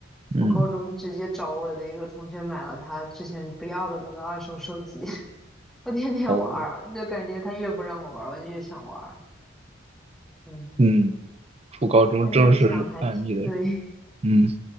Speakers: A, on the right (about 30°); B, in the centre.
A: 嗯
B: 我高中直接找我的一个同学买了他之前不要的那个二手手机，<laughs> 我天天玩儿，
A: 哦
B: 就感觉他越不让我玩儿，我就越想玩儿。嗯，
A: 嗯。初高中正式叛逆的时候。
B: 现在想还挺对，
A: 嗯，